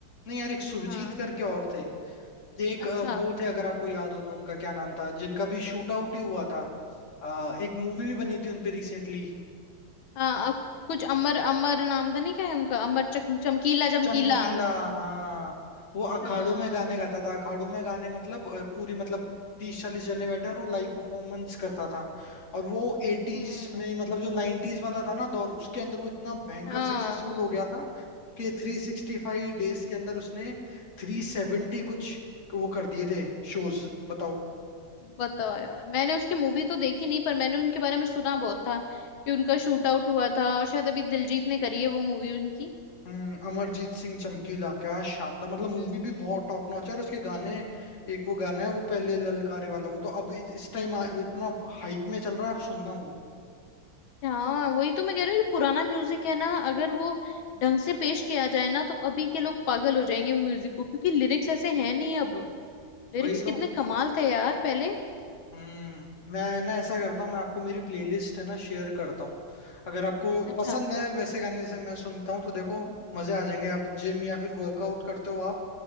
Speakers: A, on the left; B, on the left.
A: नहीं यार एक सुरजीत
B: हाँ
A: करके और थे एक
B: अच्छा
A: अ, वो थे अगर आपको याद हो तो उनका क्या नाम था जिनका भी शूट आउट ही हुआ था अ, एक मूवी भी बनी थी उनपे रिसेंटली
B: हाँ अब कुछ अमर अमर नाम था नहीं क्या है उनका अमर चक, चमकीला चमकीला
A: चमकीला हाँ वो अखाड़ों
B: हाँ
A: में गाने गाता था अखाड़ों में गाने मतलब अ, पूरी मतलब तीस चालीस जने बैठे हैं और वो लाइव परफॉर्मेंस करता था और वो एटीज
B: हम्म
A: में मतलब जो नाइन्टीज वाला था ना दौर उसके अंदर वो इतना भयंकर
B: हाँ
A: सक्सेसफुल हो गया था कि थ्री सिक्सटी फाइव डेज के अंदर उसने थ्री सेवेंटी कुछ वो कर दिए थे शोज बताओ
B: बताओ यार मैंने उसकी मूवी तो देखी नहीं पर मैंने उनके बारे में सुना बहुत था कि उनका शूट आउट हुआ था और शायद अभी दिलजीत ने करी है वो मूवी उनकी
A: हम्म अमरजीत सिंह चमकीला क्या शानदार मतलब
B: हम्म
A: मूवी भी बहुत टॉप नॉच है और उसके गाने एक वो गाना है वो पहले ललकारे वाला वो तो अब इस इस टाइम आ- इतना हाइप में चल रहा है आप सुनना वो
B: हाँ वही तो मैं कह रही हूँ जो पुराना म्यूजिक है ना अगर वो ढंग से पेश किया जाए ना तो अभी के लोग पागल हो जाएंगे वो म्यूजिक को क्योंकि लिरिक्स ऐसे हैं नहीं अब लिरिक्स
A: वही
B: कितने
A: तो
B: कमाल थे यार पहले
A: हम्म मैं ना ऐसा करता हूँ मैं आपको मेरी प्लेलिस्ट है ना शेयर करता हूँ अगर आपको
B: अच्छा
A: पसंद है वैसे गाने जैसे मैं सुनता हूँ तो देखो मजे आ जाएंगे आप जिम या फिर वर्कआउट करते हो आप